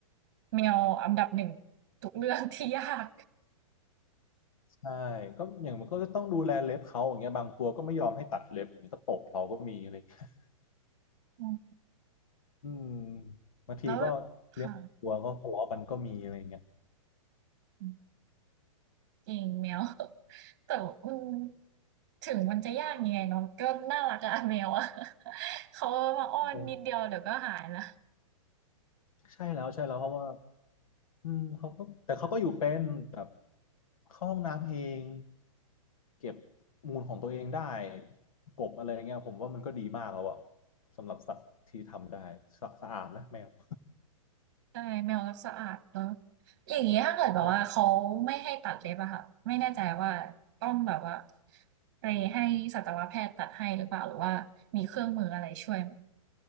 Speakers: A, on the right; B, on the left.
A: แมวอันดับหนึ่งทุกเรื่องที่ยาก
B: ใช่ก็อย่างมันก็จะต้องดูแลเล็บเขาอย่างเงี้ยบางตัวก็ไม่ยอมให้ตัดเล็บอย่างนี้ก็ตบเราก็มีอะไร <laughs> อยงเงี้ย
A: อืม
B: อืมบางทีก็เลี้ยงตัวก็ทะเลาะกันก็มีอะไรอย่างเงี้ย
A: แล้วค่ะอืมจริงแมว <laughs> แต่ว่าอืมถึงมันจะยากยังไงเนาะก็น่ารักอะ <laughs> แมวอะ <laughs> เขามาอ้อนนิดเดียวเดี๋ยวก็หายละ
B: เออใช่แล้วใช่แล้วเพราะว่า อืมเขาก็แต่เขาก็อยู่เป็นแบบเข้าห้องน้ำเองเก็บมูลของตัวเองได้กบอะไรเงี้ยผมว่ามันก็ดีมากแล้วอะสำหรับสัตว์ที่ทำได้สะสะอาดนะแมว <laughs>
A: ใช่แมวรักสะอาดเนอะอย่างนี้ถ้าเกิดแบบว่าเขาไม่ให้ตัดเล็บอะค่ะไม่แน่ใจว่าต้องแบบว่า
B: ใช่
A: ไปให้สัตวแพทย์ตัดให้หรือเปล่าหรือว่ามีเครื่องมืออะไรช่วยไหม